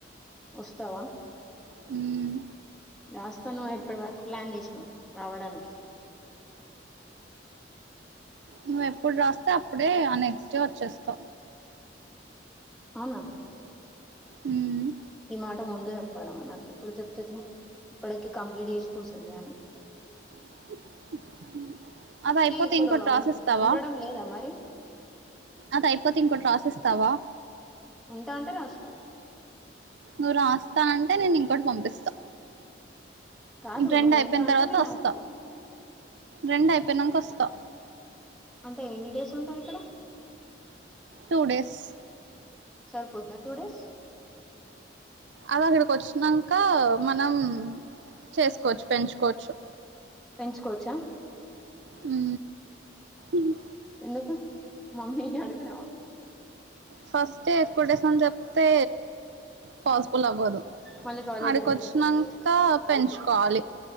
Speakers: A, in the centre; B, on the right.
A: ఓస్తావా
B: హు మ్
A: వస్తా నువ్ ఎప్పటి వరకు ప్లాన్ చేస్నావ్ రావడానికి
B: నువ్వెప్పుడ్ రాస్తే అప్పుడే ఆ నెక్స్ట్ డే వచ్చేస్తా
A: అవునా
B: ఉమ్
A: ఈ మాట ముందే చెప్పాలే మరి నాకిప్పుడు చెప్తేట్లా ఇప్పటికీ కంప్లీంట్ చేసి కూసుందును అన్ని
B: <unintelligible> అదైపోతె
A: ఇక్కడ
B: ఇంకొట్ రాసిస్తావా
A: ఉం- ఉండడం లేదా మరి
B: అదైపోతె ఇంకొట్ రాసిస్ త్తవా
A: ఉంటా అంటే రషిత్త
B: నువ్ రాస్తా అంటే నేనింకోటి పంపిస్తా
A: కాదు
B: రెండయిపోయిన్తర్వాత
A: నువ్వు ఉంటా అంటే నేను
B: ఓస్తా
A: రాస్తా
B: రెండయిపోయినాంక ఒస్తా
A: అంటే ఎన్ని డేస్ ఉంటావ్ ఇక్కడ
B: టూ డేస్
A: సర్పోద్దా టూ డేస్
B: అ అక్కడ్కోచ్ఛినంక మనం చేస్కోచ్చ్ పెంచుకోచ్చు
A: పెంచుకోచ్చా
B: హు మ్
A: ఎందుకు మమ్మీ ని అడిగినావా
B: ఫస్టె ఎక్కువ్ డేస్ అన్ చెప్తే పాస్బుల్ అవ్వదు
A: మళ్ళీ కాలేజ్
B: అడికోచ్చ్నాంక
A: అంటారు కావచ్చు
B: పెంచ్కోవాలి